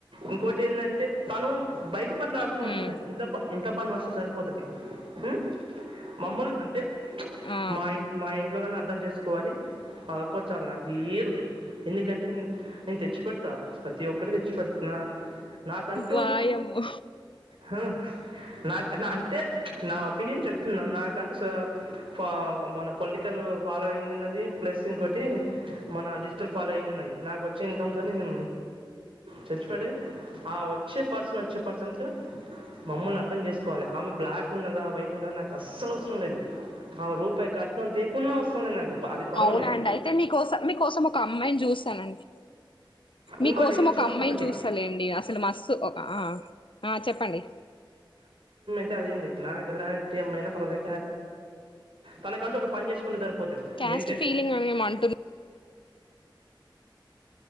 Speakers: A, on the right; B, on the left.
A: ఇంకోటి ఏంది అంటే తను బయటి పని రాకున్నా అవసరం
B: ఉమ్
A: లే ఇంట్ల పన్ ఇంట్ల పని వస్తే సరిపోతది ఉ మమ్మల్ని అంటే
B: ఆ
A: మా ఇన్ మా ఇంట్లోల నాట్ అర్థం చేసుకోవాలి అది ఒక్కటి చాలు నాకు ఏది వద్దు ఎందుకంటే నేను తెచ్చి పెడతా ప్రతి ఒక్కటి తెచ్ పెట్నా నాకంటూ
B: వాయమ్మో
A: హ నాకు న అంటే న ఒపీనియన్ చెప్తున్నా నాక్ కంటూ సో ఫా మన పొలిటికల్ ఫాలోయింగ్ ఉన్నది ప్లస్ ఇంకోటి మన డిజిటల్ ఫాలోయింగ్ ఉన్నది నాకు వచ్చే ఇన్కమ్ంతో నేను చచ్ ప్రదే ఆ వచ్చే పర్సన్ వచ్చే పర్సన్ తో మమ్మల్ని అర్థం చేసుకోవాలి ఆమె బ్లాక్ ఉన్నదా వైట్ ఉన్నదా నాకు అస్సలు అవసరం లేదు ఆమె రూపాయి కట్నం తే కున్న అవసరం లే నాకు అది పర్వాలేదు.
B: అవునండి అయితే మీకోసం మీకోసం ఒక అమ్మాయిని చూస్తానండి మీకోసం
A: ఇంకోటి విచ్
B: ఒక
A: వన్
B: అమ్మాయిని
A: ఒకటి
B: చూస్తాలేండి అసలు మస్తు ఒక ఆ ఆ చెప్పండి
A: ఏ అదేం లే నాకు ఎలాంటి అమ్మయినా పర్వలే తనకంటూ ఒక పని చేసుకుంటే సరుప్ పోతది
B: క్యాస్ట్
A: మిన్ తే
B: ఫీలింగ్ అని ఏమో అంటున్నారు